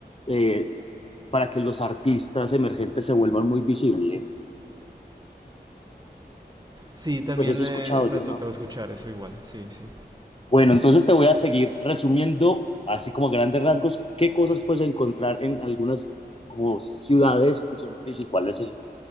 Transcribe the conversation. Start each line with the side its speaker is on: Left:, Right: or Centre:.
Left: eh, para que los artistas emergentes se vuelvan muy visibles.
Right: Sí, también
Left: Pues eso he
Right: eh,
Left: escuchado
Right: me
Left: yo,
Right: ha tocado
Left: ¿no?
Right: escuchar eso igual, sí, sí.
Left: Bueno, entonces te voy a seguir resumiendo, así como a grandes rasgos, qué cosas puedes encontrar en algunas como ciudades que son principales. En